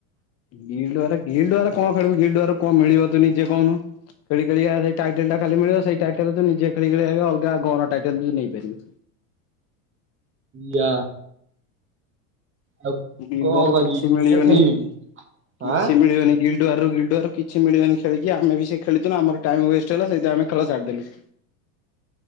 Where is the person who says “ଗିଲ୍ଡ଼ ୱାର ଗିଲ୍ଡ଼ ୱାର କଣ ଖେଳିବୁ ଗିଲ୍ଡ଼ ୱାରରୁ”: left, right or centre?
Left